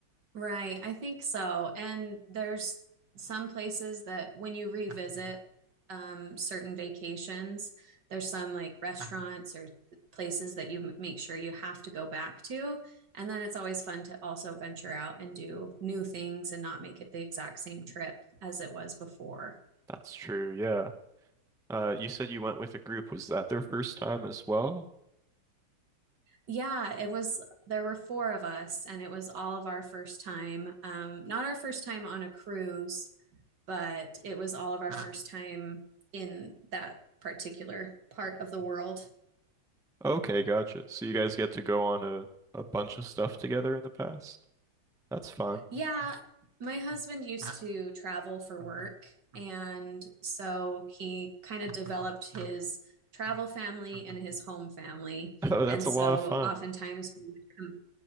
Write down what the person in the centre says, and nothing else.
That's true, yeah. Uh, you said you went with a group. Was that their first time as well?
Okay, gotcha. So you guys get to go on a, a bunch of stuff together in the past? That's fun.
<laughs>
Oh,
that's a
lot of fun.